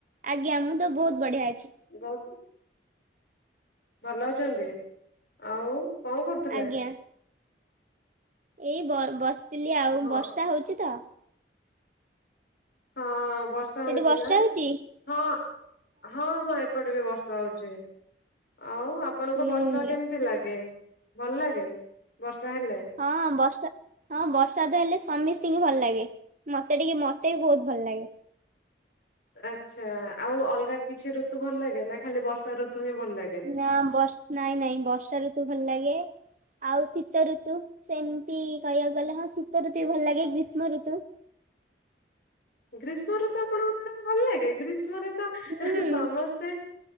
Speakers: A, on the right; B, on the left.
A: ଆଜ୍ଞା ମୁଁ ତ ବହୁତ୍ ବଢ଼ିଆ ଅଛି।
B: ବହୁତ୍ ଭଲ ଅଛନ୍ତି ଆଉ କଣ କରୁଥିଲେ?
A: ଆଜ୍ଞା ଏଇ ବ ବସିଥିଲି ଆଉ
B: ହଁ
A: ବର୍ଷା ହଉଛି ତ।
B: ହଁ ବର୍ଷା ହଉଛି
A: ସେଠି ବର୍ଷା
B: ନା
A: ହଉଛି
B: ହଁ ହଁ ହଁ। ଏପଟେ ବି ବର୍ଷା ହଉଛି ଆଉ ଆପଣଙ୍କୁ
A: ହୁଁ
B: ବର୍ଷା କେମିତି ଲାଗେ? ଭଲ ଲାଗେ ବର୍ଷା ହେଲେ।
A: ହଁ ବର୍ଷା ହଁ ବର୍ଷା ତ ହେଲେ ସମିସ୍ତିକି ଭଲ ଲାଗେ। ମତେ ଟିକେ ମତେ ବି ବହୁତ୍ ଭଲ ଲାଗେ।
B: ଆଚ୍ଛା ଆଉ ଅଲଗା କିଛି ଋତୁ ଭଲ ଲାଗେ ନା ଖାଲି ବର୍ଷା ଋତୁ ହିଁ ଭଲ ଲାଗେ।
A: ନାଁ ବ ନାଇଁ ନାଇଁ ବର୍ଷା ଋତୁ ଭଲ ଲାଗେ। ଆଉ ଶୀତ ଋତୁ ସେମିତି କହିବାକୁ ଗଲେ ହଁ ଶୀତ ଋତୁ ବି ଭଲ ଲାଗେ ଗ୍ରୀଷ୍ମ ଋତୁ
B: ଗ୍ରୀଷ୍ମ ଋତୁ ଆପଣଙ୍କୁ ମ୍ୟାଡ଼ାମ ଭଲ ଲାଗେ ଗ୍ରୀଷ୍ମରେ ସମସ୍ତେ
A: ହୁଁ